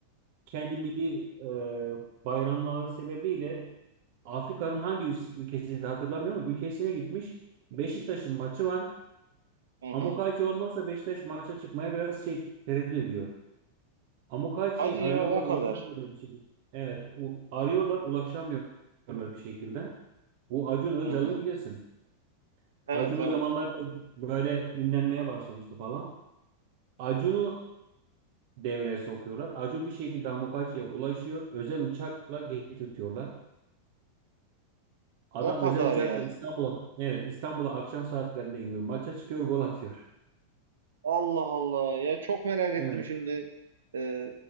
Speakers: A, on the right; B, on the right.
A: kendi milli e, bayramları sebebiyle Afrika'nın hangi ül- ülkesiydi hatırlamıyorum ama ülkesine gitmiş. Beşiktaş'ın maçı var.
B: Hı hı.
A: Amokachi olmazsa Beşiktaş maça çıkmaya biraz şey tereddüt ediyor. Amokachi'yi
B: Hadi
A: arıyorlar
B: ya o
A: ulaşamıyorlar
B: kadar.
A: bir şekilde. Evet u- arıyorlar ulaşamıyorlar bir şekilde. Bu Acun Ilıcalı'yı
B: Hı hı.
A: bilirsin.
B: Evet
A: Acun o
B: evet.
A: zamanlar böyle böyle ünlenmeye başlamıştı falan. Acun'u devreye sokuyorlar. Acun bir şekilde Amokachi'ye ulaşıyor. Özel uçakla getirtiyorlar. Adam
B: O kadar
A: özel uçakla
B: yani.
A: İstanbul'a evet İstanbul'a akşam saatlerinde iniyor. Maça çıkıyor, gol atıyor.
B: Allah Allah. Ya çok merak ettim
A: Evet.
B: şimdi. Ee,